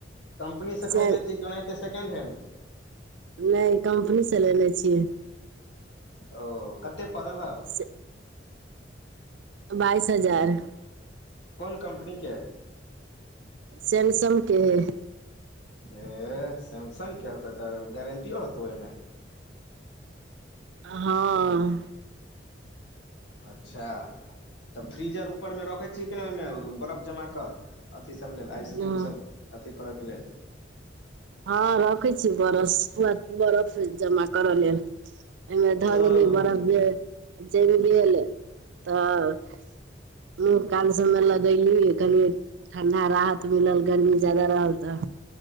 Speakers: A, on the left (about 75°); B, on the right (about 75°).
A: कम्पनीसँ
B: से
A: खरीदने छीही ओनाहितै सेकेंड हैण्ड?
B: ने कम्पनीसँ लेने छियै
A: ओ कते पड़ल हौउ?
B: से बाइस हजार।
A: कौन कम्पनीके?
B: सैमसमके हैय।
A: हे सैमसंगके होतै तऽ गारंटियो होतौ ओहिमे?
B: हँ
A: अच्छा त फ्रीजर ऊपर में रखै छियै कि ना ओहिमे बरफ जमा क अथि सभ लेल आइसक्यू
B: हँ
A: सब अथी करयके लेल
B: हँ रखै छी बरफ पूरा बरफ जमा करऽ लेल एहिमे ध
A: ओ
B: देलीए बर्फ जे ज <unintelligible> तऽ गाल सबमे लगली कनि ठंडा राहत मिलल गर्मी जादा रहल त